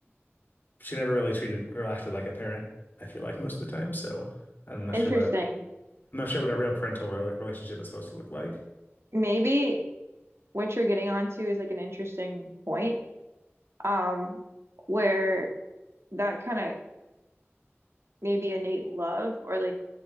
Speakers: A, on the left (about 45°); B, on the right (about 65°).
A: she never really treated or acted like a parent, I feel like most of the time. So I'm not
B: interesting.
A: sure what a I'm not sure what a real parental re- relationship is supposed to look like.
B: Maybe what you're getting onto is like an interesting point, um, where that kind of maybe innate love or like